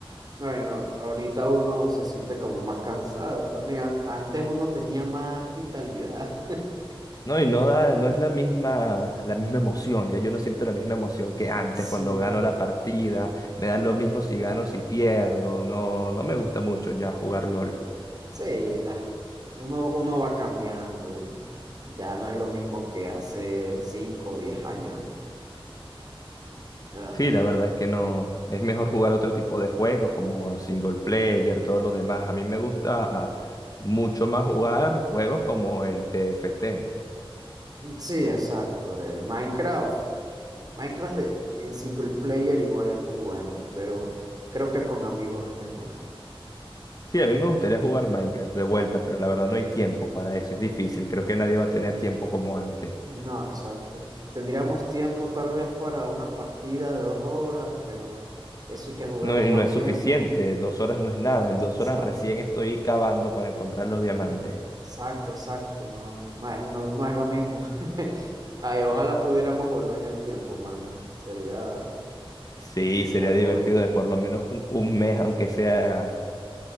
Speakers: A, on the right; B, on the left.
A: No, no, ahorita uno se siente como más cansado también. An- antes uno tenía más vitalidad. <laughs>
B: No, y no da, no
A: Mm.
B: es la misma, la misma emoción, ya yo no siento la misma emoción que antes
A: Sí.
B: cuando gano la partida, me da lo mismo si gano, si pierdo, no, no me gusta mucho ya jugar LOL.
A: Sí, las, uno, uno va cambiando y ya no es lo mismo que hace 5 o 10 años. Ah,
B: Sí, la verdad es que no. Es mejor jugar otro tipo de juegos como single player, todos los demás. A mí me gusta ah, mucho más jugar juegos como el T F T.
A: sí, exacto. eh, Minecraft. Minecraft de- en single player igual es muy bueno, pero creo que con amigos es mejor.
B: Sí, a mí me gustaría jugar Minecraft de vuelta, pero la verdad no hay tiempo para eso. Es difícil. Creo que nadie va a tener tiempo como antes.
A: No, exacto. Tendríamos tiempo tal vez para una partida de dos horas, pero eso hay que jugarlo
B: No, y
A: más
B: no es
A: tiempo.
B: suficiente. Dos horas no es nada. En dos
A: Exacto.
B: horas recién estoy cavando para encontrar los diamantes.
A: Mm, Exacto, exacto, no, no es, no, no es lo mismo. <laughs> Ay, ojalá pudiéramos volver en el tiempo, mano. Sería,
B: Sí,
A: sería
B: sería
A: cool.
B: divertido de por lo menos un, un
A: Pero
B: mes, aunque sea...